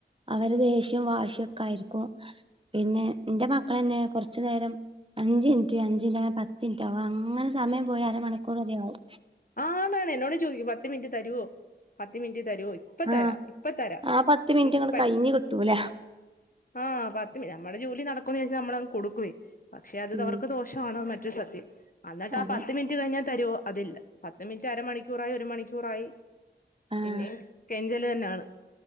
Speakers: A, on the right (about 30°); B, on the left (about 50°).
A: അവര് ദേഷ്യവും വാശി ഒക്കെ ആയിരിക്കും പിന്നെ എന്റെ മക്കള് തന്നെ കുറച്ചു നേരം അഞ്ച് മിനിറ്റ് അഞ്ചു മിനിറ്റ് അങ്ങനെ പത്ത് മിനിറ്റ് ആക അങ്ങനെ സമയം പോയി അര മണിക്കൂർ വരെ ആവും
B: ആണാണ് എന്നോട് ചോദിക്കും പത്ത് മിനിറ്റ് തരുവോ പത്ത് മിനിറ്റ് തരുവോ ഇപ്പ
A: ആഹ്
B: തരാം ഇപ്പ തരാം
A: ആ പത്ത് മിനിറ്റ്
B: ഇപ്പ
A: ഇങ്ങട് കഴിഞ്ഞ് കിട്ടൂല
B: ആഹ് പത്ത് മിനിറ്റ് നമ്മുടെ ജോലി നടക്കുമേന്ന് വെച്ച് നമ്മള് അങ്ങ് കൊടുകുവേ പക്ഷെ അതിത്
A: ഉം
B: അവർക്ക് ദോഷവാണ് മ രു സത്യം അന്നിട്ട്
A: അതെ
B: ആഹ് പത് <unintelligible> കഴിഞ്ഞാ തരുവോ അതില്ല പത്ത് മിനിറ്റ് അരമണിക്കൂറായി ഒരു മണിക്കൂറായി
A: ആഹ്
B: പിന്നെ കെഞ്ച ലെന്നാണ്